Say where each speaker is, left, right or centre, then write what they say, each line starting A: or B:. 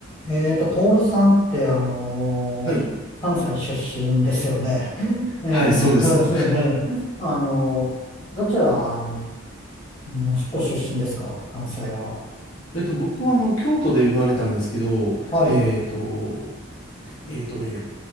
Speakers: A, on the left; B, on the left.
A: えーと、トールさんって、あのー関西出身ですよね。
B: はい。
A: <laughs> えーそうですね。
B: はい、そうです。
A: あのーどちらに、もしご出身ですか、関西は。
B: えっと、僕はあの、京都で生まれたんですけど、
A: はい。
B: えっと、えっとね、